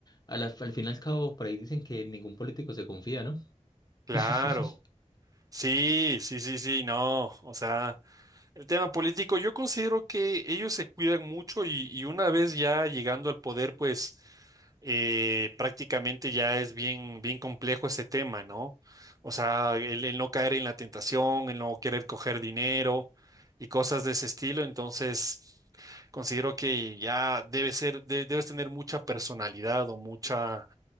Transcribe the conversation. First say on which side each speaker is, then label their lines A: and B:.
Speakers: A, on the left; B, on the right.
A: a la- al fin y al cabo, por ahí dicen que ningún político se confía, ¿no?
B: claro.
A: <laughs>
B: Sí, sí, sí, sí, no, o sea, el tema político, yo considero que ellos se cuidan mucho y, y una vez ya llegando al poder, pues eh, prácticamente ya es bien, bien complejo ese tema, ¿no? O sea, el, el no caer en la tentación, el no querer coger dinero y cosas de ese estilo, entonces considero que ya debe ser, de- debes tener mucha personalidad o mucha